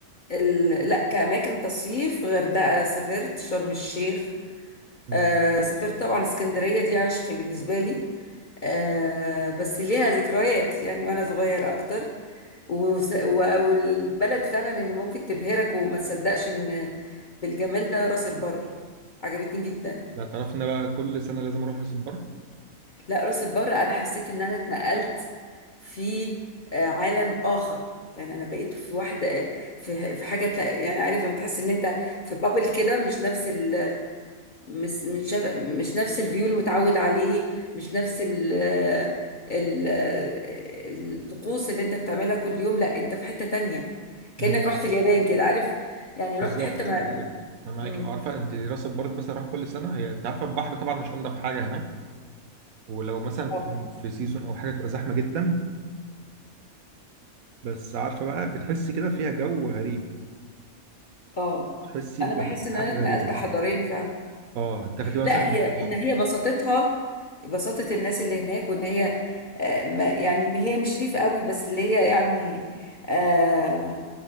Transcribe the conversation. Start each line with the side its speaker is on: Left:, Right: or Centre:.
Left: ال... لا كأماكن تصيف غردقة سافرت شرم الشيخ
Right: مم.
Left: آه سافرت طبعا اسكندرية دي عشقي بالنسبة لي آه بس ليها ذكريات يعني وانا صغيرة اكتر وس- و- والبلد فعلا اللي ممكن تبهرك وما تصدقش ان بالجمال ده راس البر عجبتني جدا
Right: لا تعرفي إن أنا بقى كل سنة لازم أروح راس البر؟
Left: لا راس البر انا حسيت ان انا اتنقلت في آه، عالم اخر يعني انا بقيت في واحده في في حاجه تلا- يعني عارفه لما تحس ان انت في بابل كده مش نفس ال مش مش مش نفس الفيو المتعود عليه مش نفس ال ال الطقوس اللي انت بتعملها كل يوم لا انت في حته تانية كانك
Right: مم.
Left: رحت اليابان كده عارف يعني رحت
Right: بالظبط
Left: حته ما
Right: بالظبط انا معاك
Left: مم.
Right: عارفه انت راس البر بس اروح كل سنه هي انت عارفه البحر طبعا مش انضف حاجه هناك ولو مثلا في
Left: اه
Right: في سيزون او حاجه تبقى زحمه جدا بس عارفه بقى بتحسي كده فيها جو غريب
Left: آه.
Right: تحسي
Left: انا
Right: بح-
Left: بحس ان
Right: بحاجه
Left: انا اتنقلت
Right: غريبه
Left: حضاريا فعلا
Right: اه تاخدي مثلا
Left: لا هي ان هي بساطتها بساطة الناس اللي هناك وان هي آه، ما- يعني ما هي مش ريف قوي بس اللي هي يعني آه،